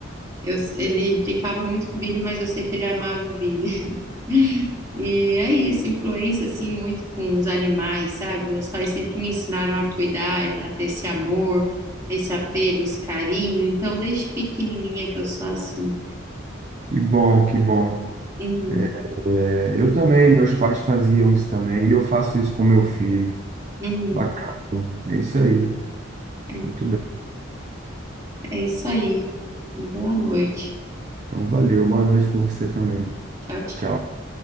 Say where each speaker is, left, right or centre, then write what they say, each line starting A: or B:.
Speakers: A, on the right; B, on the right.
A: Eu- ele implicava muito com o Billy, mas eu sei que ele amava o Billy. <laughs> E é isso, influência assim muito com os animais, sabe? Meus pais sempre me ensinaram a cuidar, a ter esse amor, esse apego, esse carinho. Então, desde pequenininha que eu sou assim.
B: Que bom, que bom.
A: Uhum,
B: É, eu também, meus pais faziam isso também, e eu faço isso com meu filho.
A: uhum.
B: Bacana. É isso aí.
A: É,
B: Muito bem.
A: é isso aí. Boa noite.
B: Então, valeu. Boa noite para você também.
A: Tchau, tchau.
B: Tchau.